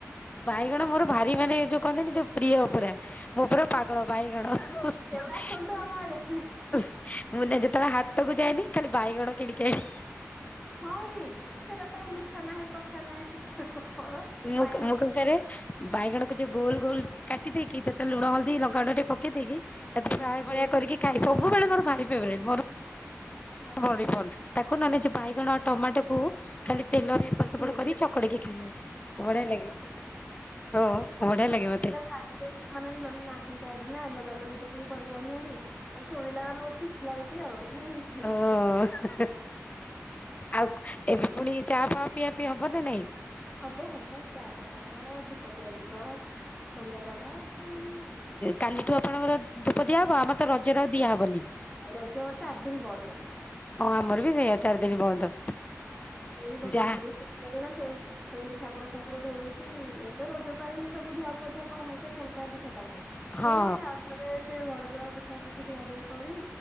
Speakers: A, on the left; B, in the centre.
A: ବାଇଗଣ ମୋର ଭାରି ମାନେ ଯୋଉ କୁହନ୍ତିନି ଯୋଉ ପ୍ରିୟ ପୁରା। ମୁ। ପୁରାପାାଗଳ
B: ହଁ
A: ବାଇଗଣ। ମୁଁ
B: କେବେ ଆସନ୍ତୁ ଆମ ଆଡେ
A: ନା ଯେତେବେଳେ ହାଟକୁ ଯାଏନି ଖାଲି ବାଇଗଣ କିଣିକି ଆଣେ।
B: ହଁ କି ସେଟା ତ ମିଠା ନାହିଁ କଷା ନାହିଁ ସେଠା ଗୋଟେ ଫଳ
A: ମୁଁ
B: ବାଇର
A: ମୁଁ କଣ କରେ ବାଇଗଣକୁ ଯିଏ ଗୋଲ ଗୋଲ କାଟି ଦେଇେଇକି ଲୁଣ ହଳଦୀ ଲଙ୍କାଗୁଣ୍ଡ ଟିକେ ପକେଇ ଦେଇକି ତାକୁ
B: ହୁଁ
A: ଫ୍ରାଏ ସେ ଭଳିଆ କରିକି ଖାଏ ସବୁବେଳେ ମୋର ଭାରି ଫେବ୍ରାଇଟି।
B: ଆଚ୍ଛା
A: ଭଲ ତାକୁ ନହେଲେ ବାଇଗଣ ଆଉ ଟମାଟୋ କୁ ଖାଲି ତେଲରେ ଏପଟ ସେପଟ
B: ହୁଁ
A: କରି ଚକଡ଼ିକି ଖାଇବ ବଢିଆ ଲାଗେ।
B: କାକୁଡି
A: ହ ବଡ଼ିଆ
B: ହଁ
A: ଲାଗେ ମତେ।
B: ସେଟାକୁ ମାନେ ନାହିଁ ବାଡି ନା ଲଗା ଲଗି ଟା ଟିକେ କରିପାରୁନାହାନ୍ତି। ଆଉ ଶୁଣିଲା ମାନେ ବହୁତ ଖୁସି ଲାଗୁଛି ଆଉ ନାଇଁ।
A: ଅ ହେ ହେ। ଆଉ ଏବେ ପୁଣି ଚା ଫା ପିଆ, ପିଇ ହବ ନା ନାଇଁ।
B: ହବ ହବ ଚାହା ପିଆ ହବ ଧୂପ ଦିଆ ଯିବ ସନ୍ଧ୍ୟା ଦବା। ଉଁ,
A: କାଲିଠୁ ଆପଣଙ୍କର ଧୂପ ଦିଆହବ ଆମେ ତ ରଜରେ ଦିଆହବନି।
B: ରଜ ଚାରି ଦିନ ବନ୍ଦ ଏଇନା।
A: ହଁ ଆମର ବି ସେଇଆ ଚାରି ଦିନ ବନ୍ଦ।
B: ହଁ ସେଇ ବର୍ଷ
A: ଯାହା
B: ବୋଧେ କାଇଁଗି ନା ସେ ଏମିତି ଠାକୁର ଫାକୁର ଧୋଇକି ଏତ ରଜ ପାଇ ସବୁ ଧୁଆ ମଜା କରାହେଇଥାଏ ସଂକ୍ରାନ୍ତି ସକାଶେ
A: ହଁ
B: ପୁଣି ଆଉ ମାନେ ସେ ଘର ଦଆାର ପୋଛାପୁଛି ଧୁଆ ଧୁୋଇ କରି